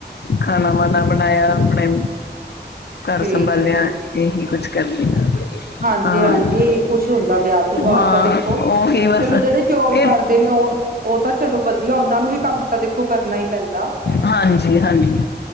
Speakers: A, on the left; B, on the right.
A: ਖਾਣਾ ਵਣਾ ਬਣਾਇਆ ਆਪਣੇ।
B: ਠੀਕ
A: ਘਰ ਸੰਭਾਲਿਆ
B: ਹੈ
A: ਇਹੀ ਕੁਝ ਕਰਦੀ ਹਾਂ।
B: ਹਾਂਜੀ-ਹਾਂਜੀ,
A: ਹਾਂ
B: ਇਹੀ ਕੁੱਛ ਹੁੰਦਾ ਵਿਆਹ ਤੋਂ ਬਾਅਦ
A: ਹਾਂ
B: ਤਾਂ ਦੇਖੋ,
A: ਉਹੀ ਬਸ
B: ਚਲੋ
A: ਇਹ
B: ਜਿਹੜੇ ਜੋਬ ਕਰਦੇ ਨੇ, ਉਹ-ਉਹ ਤਾਂ ਚਲੋ ਵਧੀਆ ਉਹਨਾਂ ਨੂੰ ਵੀ ਕੰਮ ਤਾਂ ਦੇਖੋ ਕਰਨਾ ਹੀ ਪੈਂਦਾ।
A: ਹਾਂਜੀ-ਹਾਂਜੀ,